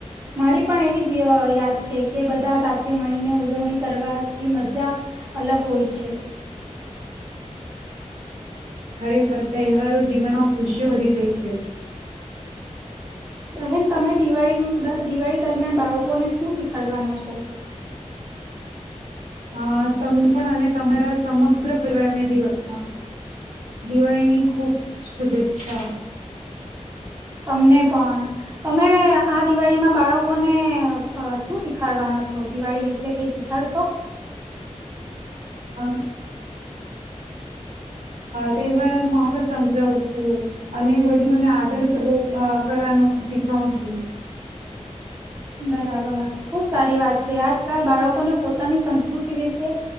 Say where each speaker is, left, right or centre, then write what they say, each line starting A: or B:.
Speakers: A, on the right; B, on the right.
A: મારી પણ એવી જ અ યાદ છે કે બધા સાથે મળીને ઉજવણી કરવાથી મજા અલગ હોય છે.
B: ખરેખર તહેવારો જીવનમાં ખુશીઓ ભરી દે છે.
A: બહેન તમે દિવાળી દિવાળી દરમિયાન બાળકોને શું શીખાડવાના છો?
B: અ તમ પણ અને તમારા સમગ્ર પરિવારને દ અ દિવાળીની ખુબ શુભેચ્છ ચ્છા.
A: તમને પણ, તમે આ દિવાળીમાં બાળકોને શું શીખાડવાના છો દિવાળી વિશે કઈ શીખાડશો?
B: <inaudible> તહેવાર મહત્વ સમજાવું છું, અને વડીલોને આદર કરવો કરવાનો શીખાવું છું.
A: બરાબર ખુબ સારી વાત છે આજકાલ બાળકોને પોતાની સંસ્કૃતિ વિશે,